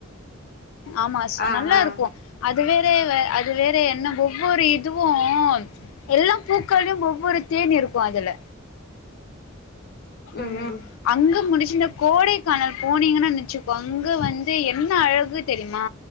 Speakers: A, on the left; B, on the left.
A: ஆமா ஸ்
B: ஆ
A: நல்லா
B: ஆ
A: இருக்கும் அதுவே வே வே அது வேற என்ன ஒவ்வொரு இதுவும் எல்லா பூக்ளையும் ஒவ்வொரு தேனி இருக்கும் அதுல
B: ம்
A: உம்
B: ம்
A: அங்க முடிச்சுர் கோடைக்கானல் போனீங்கன்னு நிச்சுக்கோ அங்க வந்து என்ன அழகு தெரிமா